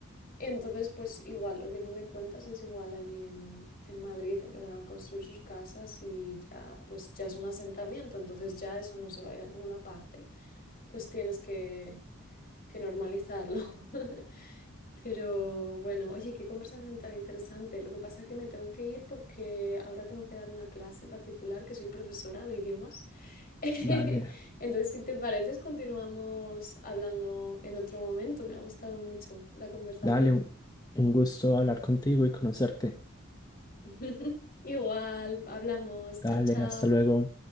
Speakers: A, on the left (about 45°); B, on the left (about 20°).
A: Entonces, pues igual, lo que tú me cuentas es igual allí en, en Madrid, empezaron a construir sus casas y ya, pues ya es un asentamiento, entonces ya eso no se va a ir a ninguna parte, pues tienes que, que normalizarlo. <laughs> Pero bueno, oye, qué conversación tan interesante. Lo que pasa es que me tengo que ir porque ahora tengo que dar una clase particular, que soy profesora de idiomas. <laughs>
B: dale,
A: Entonces, si te pareces, continuamos hablando en otro momento. Me ha gustado mucho la conversación.
B: dale, un un gusto hablar contigo y conocerte.
A: <laughs> Igual, hablamos.
B: Dale,
A: Chao, chao.
B: hasta luego.